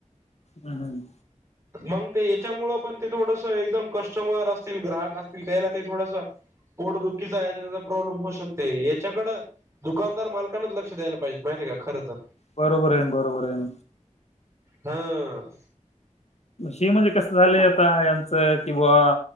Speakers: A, on the left; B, on the right.
A: हम् हम्
B: मग ते याच्यामुळं पण ते थोडसं एकदम कस्टमर असतील, ग्राहक असतील त्याला ते थोडस पोड दुखीचा <unintelligible> त्याचा प्रॉब्लेम होऊ शकतोय याच्याकडं दुकानदार मालकांनच लक्ष द्यायला पाहिजे माहितीया आहे का खर तर
A: बरोबर आहे, बरोबर आहे.
B: हां.
A: हे म्हणजे कसं झालंय आता यांचं किंवा